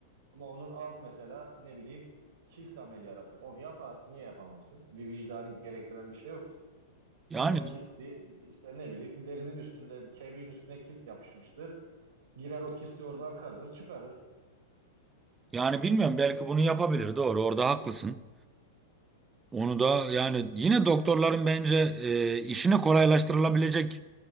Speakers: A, on the right (about 65°); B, on the right (about 15°).
A: Ama onun alt mesela ne bileyim kist ameliyatı. Onu yapar. Niye yapamazsın? Bir vicdanı gerektiren bir şey yok. ki.
B: yani
A: Girer kisti işte ne bileyim derinin üstünde kemiğin üstüne kist yapışmıştır. Girer o kisti oradan kazır çıkarır.
B: yani bilmiyorum belki bunu yapabilir doğru orada haklısın. Onu da yani yine doktorların bence e, işini kolaylaştırılabilecek